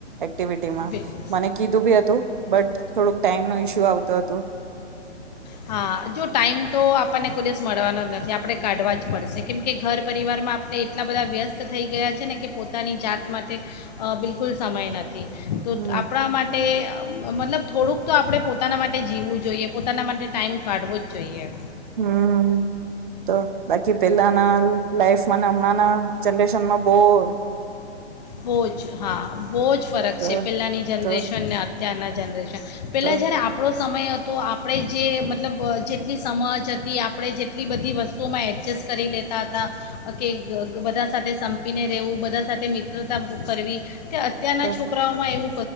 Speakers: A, on the right; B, on the left.
A: એક્ટિવિટીમા
B: બિલકુલ
A: મને કીધું બી હતું બટ થોડુંક ટાઈમ નો ઇશ્યુ આવ. તો તો
B: હા જો ટાઈમ તો આપણને કોઈ દિવસ મળવાનો જ નથી આપણે કાઢવા જ પડશે કેમ કે ઘર પરિવારમાં આપણે એટલા બધા વ્યસ્ત થઈ ગયા છે. ને કે પોતાની જાત માટે બિલકુલ સમય નથી. તો
A: હમ
B: આપણા માટે મતલબ થોડુંક તો આપણે પોતાના માટે જીવું જોઈએ પોતાના માટે ટાઈમ કાઢવો જ જોઈએ.
A: હમ તો બાકી પહેલાના લાઈફ હણ હમણાં જરેશન માં બોર.
B: બહુ જ હા બહુ જ ફરક
A: તો
B: છે પેલાની જનરેશનને
A: તો
B: ત્યાના જનરેશન પેલા
A: તો
B: જયારે આપણો સમય હત. તો આપણે જે મતલબ જેટલી સમજ હતી આપણે જેટલી બધી વસ્તુઓમાં એડજસ્ટ કરી લેતા હતા, કે બધા સાથે સંપીને રહેવું બધા સાથે મિત તો ત ઉપ ઉપરવી. કે અત્યારના
A: તો
B: છોકરાઓમાં એવું